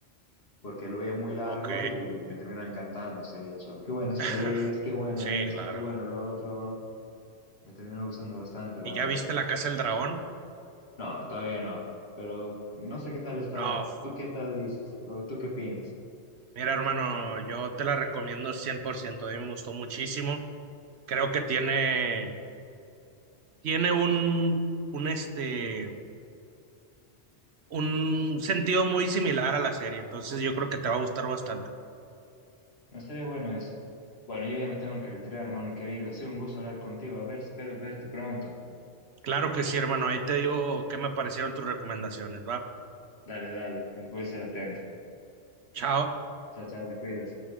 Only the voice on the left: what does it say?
porque lo veía muy largo
y me terminó encantando. Se ha dicho, qué buenas
peleas, qué bueno
esto,
qué bueno lo otro. Me terminó gustando bastante, la
verdad.
No, todavía no. Pero no sé qué tal está.
¿Tú qué tal dices? ¿O tú qué opinas?
No estaría bueno eso. Bueno, yo ya me tengo que retirar, hermano querido. Ha sido un gusto hablar contigo. A ver, espero verte pronto.
Dale, dale. Voy a ser atento.
Chao, chao, te cuidas.